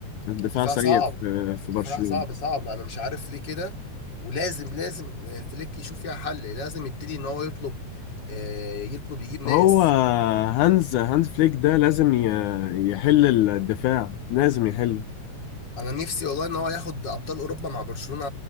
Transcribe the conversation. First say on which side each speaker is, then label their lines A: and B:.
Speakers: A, on the left (about 75°); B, on the left (about 35°).
A: الدفاع
B: الدفاع
A: سيء
B: صعب
A: في في
B: الدفاع
A: برشلونة
B: صعب صعب انا مش عارف ليه كده ولازم لازم فليك يشوف فيها حل لازم يبتدي ان هو يطلب آه، يطلب يجيب ناس
A: هو هانز هانز فليك ده لازم ي- يحل الدفاع لازم يحله
B: انا نفسي والله ان هو ياخد ابطال اوروبا مع برشلونة